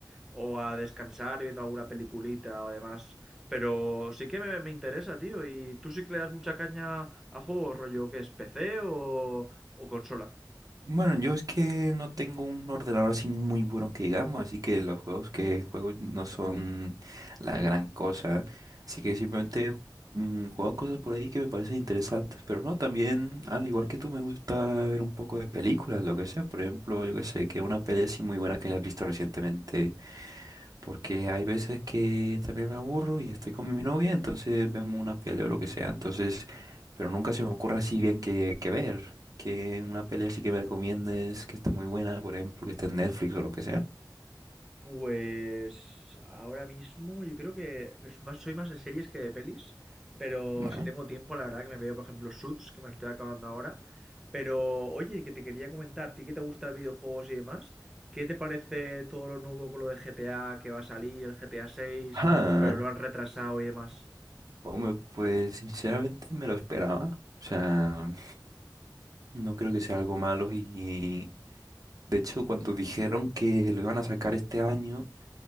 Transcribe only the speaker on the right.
Bueno, yo es que no tengo un ordenador así muy bueno que digamos, así que los juegos que juego no son la gran cosa. Así que simplemente mm, juego cosas por ahí que me parecen interesantes. Pero no, también, al igual que tú, me gusta ver un poco de películas, lo que sea. Por ejemplo, yo que sé, que una peli así muy buena que hayas visto recientemente. Porque hay veces que también me aburro y estoy con mi novia, entonces vemos una pelea o lo que sea. Entonces, pero nunca se me ocurre así bien que, que ver. Que una pelea así que me recomiendes, que esté muy buena, por ejemplo, que esté en Netflix o lo que sea.
Vale.
Ajá.
Hombre, pues sinceramente me lo esperaba. O sea, no creo que sea algo malo. Y de hecho, cuando dijeron que lo iban a sacar este año.